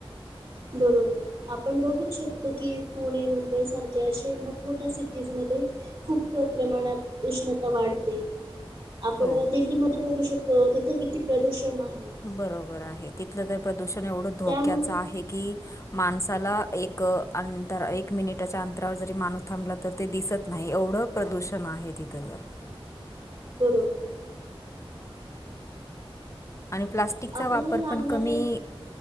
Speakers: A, on the right; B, on the left.
A: बरोबर आपण बघूच शकतो की, पुणे मुंबई सारख की असे मोठमोठ्या सिटीज मध्ये खूप खूप प्रमाणात उष्णता वाढते. आपण
B: हो
A: दिल्लीमध्ये बघू शकतो तिथे किती प्रदूषण आहे.
B: बरोबर आहे. तिथलं तर प्रदूषण एवढं धोक्याच
A: त्यामुळे
B: आहे की, माणसाला एक अंतरा एक मिनिटाच्या अंतरावर जरी माणूस थांबला तर ते दिसत नाही. एवढं प्रदूषण आहे तिथं तर
A: बरोबर
B: आणि प्लास्टिकचा
A: आपल्याला
B: वापर
A: लागणारे
B: पण कमी